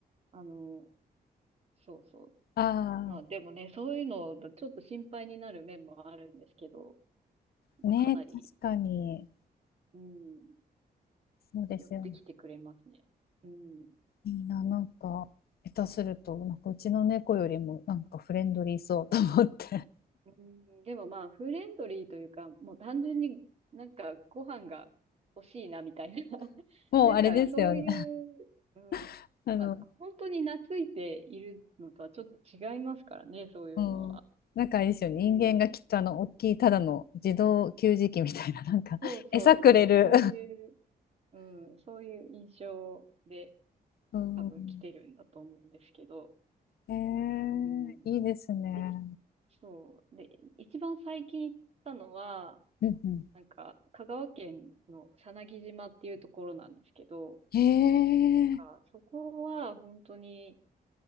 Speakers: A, on the right (about 40°); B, on the left (about 70°).
A: あの、そうそう。
B: あ
A: まあでもね、そういうのだとちょっと心配になる面もあるんですけど、
B: あ、
A: まあ、
B: ねえ、
A: かなり、
B: 確かに。
A: うん、
B: そうですよね。
A: 寄ってきてくれますね。うん。
B: いいな、なんか、下手すると、なんかうちの猫よりもなんかフレンドリーそうと思って。
A: うん、でもまあ、フレンドリーというか、もう単純になんかご飯が欲しいなみたいな。<laughs>
B: もうあれですよね。
A: なんかそういう、うん、
B: <laughs> あの、
A: まあ、本当に懐いているのとはちょっと違いますからね、そういうのは。
B: うん、なんかあれですよね、
A: うん。
B: 人間がきっとあの大きいただの自動給餌器みたいな、なんか <laughs>
A: そうそうそう、
B: 餌くれる。
A: そういう、うん、そういう印象で
B: うん、
A: 多分来てるんだと思うんですけど。
B: へえいいですね。
A: うん。でそう。で、一番最近行ったのは、
B: うんうん、
A: なんか、香川県のさなぎ島っていうところなんですけど、
B: へえ
A: なんか、そこは本当に